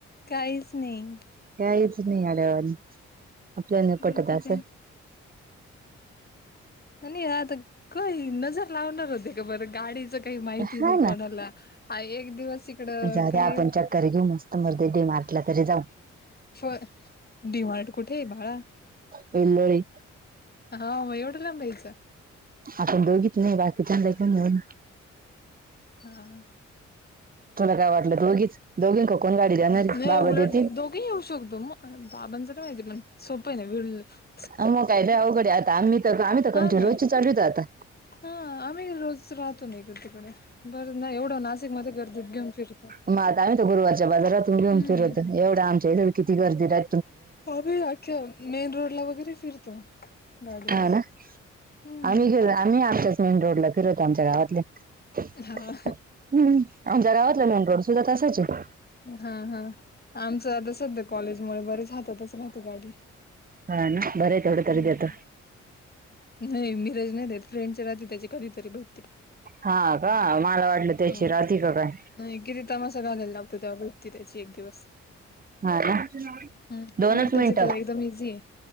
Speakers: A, on the left; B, on the right.
A: काहीच नाही.
B: काहीच नाही येड्यावानी, आपल्याला नाही
A: माहिती
B: पटत असं.
A: काय आणि आता काही नजर लावणार होते का बरं? गाडीच काही माहिती
B: हा
A: नाही कोणा ला हा एक दिवस इकडं
B: जाऊदे
A: काही
B: आपण चक्कर घेऊ मस्त मदे डी मार्ट तरी जाऊ.
A: होय, डी मार्ट कुठे आहे बाळा?
B: बिलोळी.
A: हाव म येवढ्या लांब जायचं?
B: आपण दोघीच नाही बाकीच्यानला घेऊन
A: हां.
B: तुला काय वाटलं दोघीच? दोघींन का कोण गाडी देणार
A: नाही
B: ये बाबा
A: उलट
B: देतील?
A: दोघे येऊ शकतो मग काय बाबांच माहिती पण सोपं नाही <unintelligible>
B: मग काय अवघड आता आम्ही तर आम्ही
A: हा
B: कंट्यू
A: ना
B: रोजची चालिवत आता.
A: हा, आम्ही रोज राहतो ना इकड- तिकड. बरं नाही एवढं नाशिक मध्ये गर्दीत घेऊन फिरतो.
B: म आता तर गुरुवारच्या बाजारात घेऊन
A: हम्म
B: फिरत, एवढं आमच्या इथ किती गर्दी राह
A: आम्ही आख्या मेन रोड ला वगैरे फिरतो. गाडीवरच
B: हा ना?
A: हम्म
B: आम्ही गेलो आम्ही आमच्याच मेन रोडला फिरवतो आमच्या गावातल्या. हम्म.
A: हा
B: आमच्या गावातला मेन रोड सुद्धा तसायच आहे.
A: हा हा. आमचं आता सध्या कॉलेज मुळे बरेच हातातच राहते गाडी.
B: हा ना बर थोड तरी
A: हम्म
B: देत
A: नाही मिरज नाही देत फ्रेंडच्या रात त्याची कधीतरी भेटते
B: हा का मला वाटलं त्याची
A: हा.
B: राहते का काय
A: नाही किती तमासा घालायला लागतो त्या वृत्ती त्याची एक दिवस
B: हा ना
A: ह
B: दोनच
A: होणार
B: मिनिटं
A: त्या एकदम इझी आहे